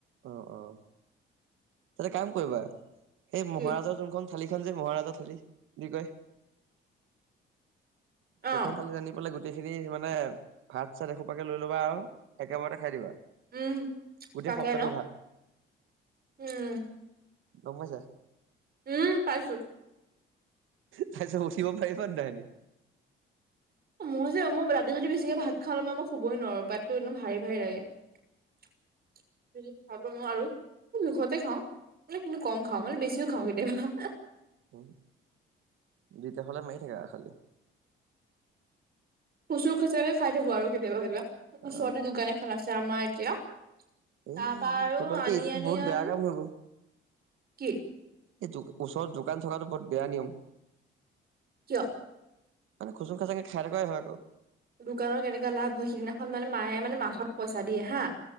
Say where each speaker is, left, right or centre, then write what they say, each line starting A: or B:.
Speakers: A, on the right; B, on the right.
A: অহ অহ এটা কাম কৰিবা সেই
B: কি
A: মহাৰাজৰ যোনখন থালি খন যে মহাৰাজা থালি দি কয়
B: অ
A: সেইখন থালী আনি পেলাই গোটেই খিনি মানে ভাত চাত এসোপাকে লৈ ল'বা আৰু একেবাৰতে খাই দিবা।
B: উম
A: গোটেই
B: তাকে
A: সপ্তাহটো
B: ন
A: ভাত,
B: উম
A: গম পাইছা।
B: উম পাইছোঁ।
A: তাৰপিছত উঠিব পাৰিবা নাই হেটি?
B: ও মোৰ যে মোৰ ৰাতি যদি বেছিকে ভাত খালে মই মই শুবোই নোৱাৰো পেতটো একদম ভাৰি ভাৰি লাগে। <inaudible> খাবা নোৱাৰো, জোখতে খাওঁ মানে কিন্তু কম খাওঁ মানে বেছিও খাওঁ কেতিয়াবা।
A: উম যেতিয়া হ'লে মাৰি থাকে আৰু খালি।
B: খচুৰ খাচাৰাকে খাই থাকো আৰু কেতিয়াবা কেতিয়াবা,
A: অ
B: ওচৰতে দোকান এ খন আছে আমাৰ এতিয়া।
A: এই
B: তাৰ পৰা আৰু
A: তেতিয়া হ'লে
B: আনি
A: এইটো
B: আনি
A: বহুত বেয়া
B: আৰু
A: কাম হৈ গ'ল।
B: কি
A: এই দো ওচৰত দোকান থকাটো বহুত বেয়া নিয়ম।
B: কিয়?
A: মানে খুচুং খাচাঙকে খাই থকাই হয় আকৌ।
B: দোকানৰ কেনেকুৱা লাভ হয় সিদিনাখন মানে মায়ে মানে মাহত পইচা দিয়ে হা